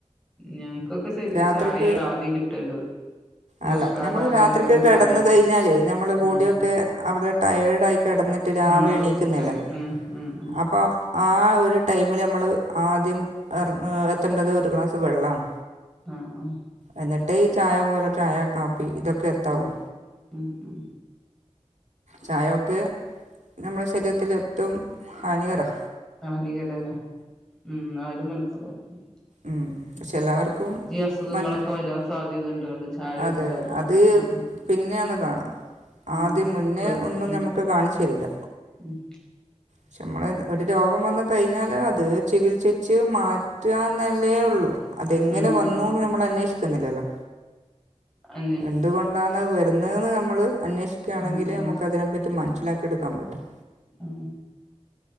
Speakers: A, in the centre; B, on the right.
A: ഞങ്ങക്കൊക്കെ ശെരി
B: രാത്രിക്ക്
A: ചായാണ് ആദ്യം കിട്ടേണ്ടത് ഒന്ന്
B: അല്ല
A: ഉഷാറാവാന്
B: നമ്മള് രാത്രി
A: പറഞ്ഞ്
B: ഒക്കെ കെടന്ന്
A: ചായ കുടിക്കും
B: കയിഞ്ഞാലേ നമ്മള് ബോഡിയൊക്കെ
A: ഉം
B: അവടെ ടയേർഡായി കെടന്നിട്ട് രാവിലെ
A: ആ
B: എണീക്കുന്നല്ലേ
A: റെസ്റ്റായി ഉം ഉം ഉം
B: അപ്പൊ ആ ഒരു ടൈമില് നമ്മൾ ആദ്യം എർ എത്തേണ്ടത് ഒരു ഗ്ലാസ്സ് വെള്ളാണ്
A: ആഹ് ആഹ്
B: എന്നിട്ട് ഈ ചായ പോലെ ചായ കാപ്പി ഇതൊക്കെ എത്താവൂ
A: ഉം ഉം ഉം
B: ചായൊക്കെ നമ്മുടെ ശരീരത്തില് ഏറ്റവും ഹാനികരാ
A: ഹാനികരാലോ ഉം ആരും മനസ്സിലക്കൂല
B: ഉം പക്ഷെ എല്ലാവർക്കും
A: അസുഖങ്ങളൊക്കെ
B: മറ്റെ
A: വരാൻ സാധ്യത ഉണ്ടോണ്ട് ചായ കുടിച്ചാല്
B: അതെ അത്
A: ഉം
B: പിന്നാണ് കാണ
A: ഉം
B: ആ ദ്യം മുന്നേ
A: ഇപ്പഴും
B: ഒന്നും
A: ഉം
B: ഞമ്മക്ക് കാണിച്ചരൂല
A: ഉം
B: പക്ഷെ നമ്മള് ഒരു രോഗം വന്നു കഴിഞ്ഞാല് അത് ചികിത്സിച്ച് മാറ്റ എന്നല്ലേ ഉള്ളൂ അതെങ്ങനെ
A: ഉം
B: വന്നൂന്ന്
A: ഉം
B: നമ്മള് അന്വേഷിക്കുന്നില്ലല്ലോ
A: അന്നെ
B: എന്തുകൊണ്ടാണാന്ന് അത് വരുന്നതെന്ന് നമ്മള് അന്വേഷിക്കാണെങ്കിൽ
A: ഉം അന്വേഷ
B: നമുക്ക് അതിനെപ്പറ്റി മനസ്സിലാക്കിയെടുക്കാൻ പറ്റും
A: ഉം